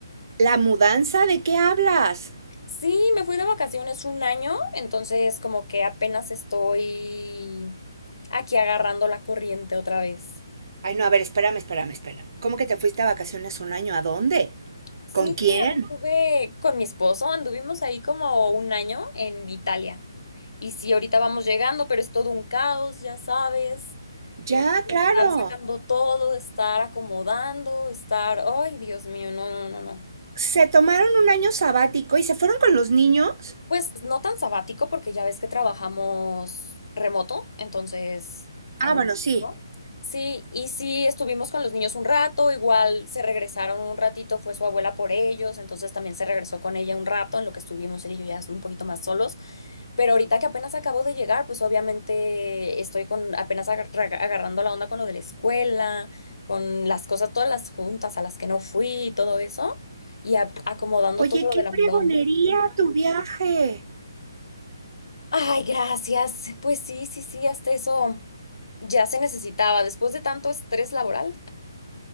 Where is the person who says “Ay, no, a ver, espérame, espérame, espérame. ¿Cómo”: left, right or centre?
Right